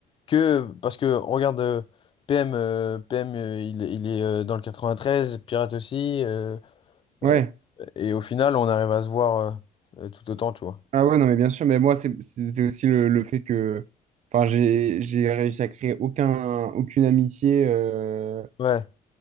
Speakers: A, on the left; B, on the right.
A: que, parce que, regarde, euh, PM, euh, PM euh, il, est il est, euh, dans le 93, Pirate aussi. euh,
B: Ouais.
A: euh, et au final, on arrive à se voir euh, euh, tout autant, tu vois.
B: Ah ouais, non, mais bien sûr. Mais moi, c'est c'est- c'est aussi le, le fait que. Enfin, j'ai j'ai réussi à créer aucun, aucune amitié. euh,
A: Ouais,